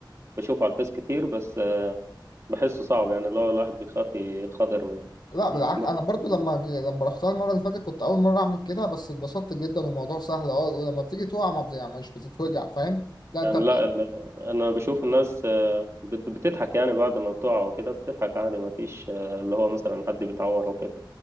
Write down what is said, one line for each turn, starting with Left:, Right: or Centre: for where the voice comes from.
Right: بشوفه على الفيس كتير بس بحسه صعب يعني اللي هو الواحد بيخاف يخاطر من
Left: لا بالعكس
Right: <laughs>
Left: انا برضو لما لما رحتها المره اللي فاتت كنت اول مره اعمل كده بس اتبسطت جدا والموضوع سهل اه ولما بتيجي تقع ما بت- يعني مش بتتوجع فاهم لا انت
Right: يعني
Left: بت-
Right: لا ال- انا بشوف الناس بت- بتضحك يعني بعد ما بتقع وكده بتضحك عادي ما فيش اللي هو مثلا حد بيتعور وكده